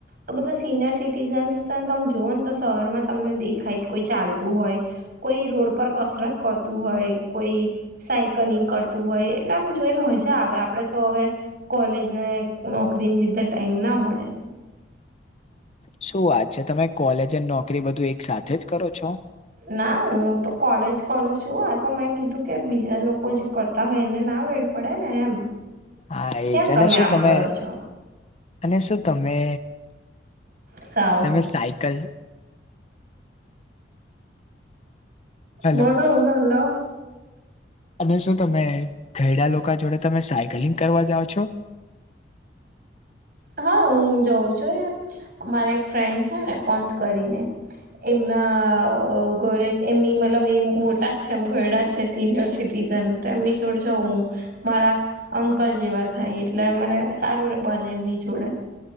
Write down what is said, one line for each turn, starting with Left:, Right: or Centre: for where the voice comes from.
Right: તો બધા સિનિયર સિટીઝન્સ છે ને તમે જોઓ ને તો શહેરમાં તમને દેખાય કોઈ ચાલતું હોય કોઈ રોડ પર કસરત કરતું હોય કોઈ સાયકલિંગ કરતું હોય એટલે આમ જોઈને મજા આવે આપડે તો હવે કોલેજ ને નોકરી લીધે ટાઈમ ના મળે
Left: શું વાત છે તમે કોલેજ અને નોકરી બધું એક સાથે જ કરો છો?
Right: ના હું તો કોલેજ કરું છું આ તો મેં કીધું કે બીજા લોકો જ કરતા હોય એને ના વેડ પડે ને એમ
Left: હા એજ
Right: કેમ
Left: ને શું
Right: આમ
Left: તમે
Right: કરો છો
Left: અને શું તમે,
Right: સાવ
Left: તમે સાયકલ હલો
Right: બોલો બોલો હલો
Left: અને શું તમે ઘેડા લોકો જોડે તમે સાયકલિંગ કરવા જાઓ છો?
Right: હા હું જઉં છું મારા એક ફ્રેન્ડ છે ને પંથ કરીને એમના ઘરે જ એમની મતલબ એ મોટા જ છે એમ ઘરડા છે સિનિયર સિટીઝન તેમની જોડ જોવુ. મારા અંકલ જેવા થાય એટલે મને સારું બને એમની જોડે